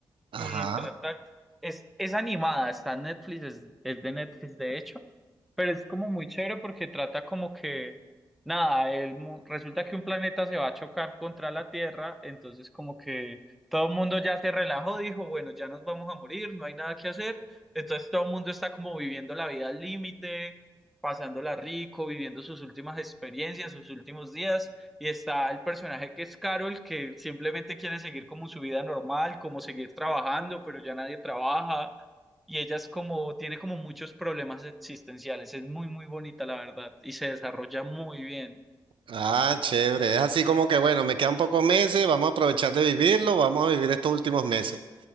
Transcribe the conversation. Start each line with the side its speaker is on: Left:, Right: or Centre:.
Right: Ajá.
Centre: Y trata, es, es animada, está en Netflix, es, es de Netflix de hecho, pero es como muy chévere porque trata como que, nada, el, mu- resulta que un planeta se va a chocar contra la Tierra, entonces como que todo el mundo ya se relajó, dijo, bueno, ya nos vamos a morir, no hay nada que hacer, entonces todo el mundo está como viviendo la vida al límite, pasándola rico, viviendo sus últimas experiencias, sus últimos días. Y está el personaje que es Carol, que simplemente quiere seguir como su vida normal, como seguir trabajando, pero ya nadie trabaja. Y ella es como, tiene como muchos problemas existenciales. Es muy, muy bonita, la verdad. Y se desarrolla muy bien.
Right: Ah, chévere. Es así como que, bueno, me quedan pocos meses, vamos a aprovechar de vivirlo, vamos a vivir estos últimos meses.